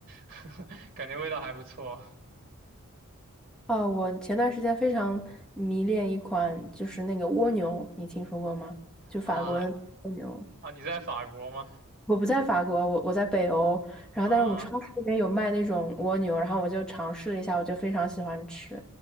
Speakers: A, on the right; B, in the centre.
A: <laughs> 感觉味道还不错
B: 哦，我前段时间非常迷恋一款就是那个蜗牛，你听说过吗？就法国的蜗牛。
A: 啊啊！你在法国吗？
B: 我不在法国，我我在北欧，然后但是我们超市那边有卖那种蜗牛，
A: 啊
B: 然后我就尝试了一下，我就非常喜欢吃。